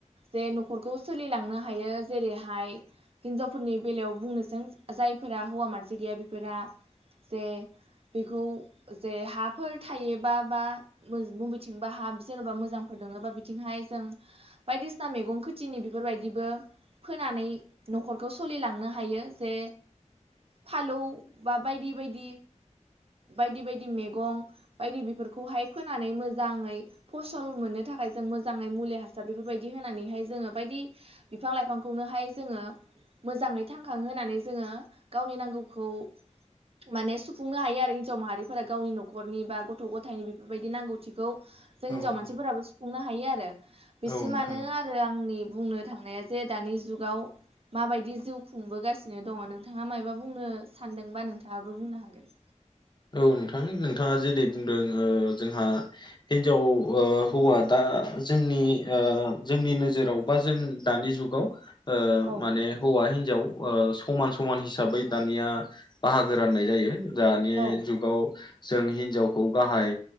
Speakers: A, on the right; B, on the left.
A: जे न'खरखौ सोलिलांनो हायो जेरैहाय हिनजावफोरनि बेलायाव बुंनोसै जायफोरा हौवा मानसि गैया बेफोरा जे बेखौ जे हाफोर थायोबा बा मुबिथिंबा हा जेन'बा मोजांफोर दोबा बिथिंहाय जों बायदिसिना मैगं खोथिनि बेफोरबायदिबो फोनानै न'खरखौ सोलिलांनो हायो जे फालौ बा बायदि बायदि बायदि बायदि मेगं बायदि बेफोरखौहाय फोनानै मोजाङै फसल मोननो थाखाय जों मोजाङै मुलि हासार बेफोरबायदि होनानैहाय जोङो बायदि बिफां लाइफांखौनोहाय जोङो मोजाङै थांखां होनोनानै जोङो गावनि नांगौखौ माने सुफुंनो हायो आरो हिन्जाव माहारिफोरा गावनि न'खरनि बा गथ' गथायनि बेफोरबायदि नांगौथिखौ जों
B: औ
A: हिनजाव मानसिफोराबो
B: औ
A: सुफुंनो हायो आरो बिसिमानो
B: औ नोंथां
A: आरो आंनि बुंनो थांनाया जे दानि जुगाव माबायदि जिउ खुंबोगासिनो दङ नोंथाङा मायबा बुंनो सानदोंबा नोंथाङाबो बुंनो हागोन।
B: औ नोंथां नोंथाङा जेरै बुंदों जोंहा हिनजाव हौवा दा जोंनि जोंनि नोजोराव बा जों दानि जुग गाल ओ
A: औ
B: माने हौवा हिन्जाव समान समान हिसाबै दानिया बाहागो राननाय जायो दानि
A: औ
B: जुगाव जों हिनजावखौ गाहाय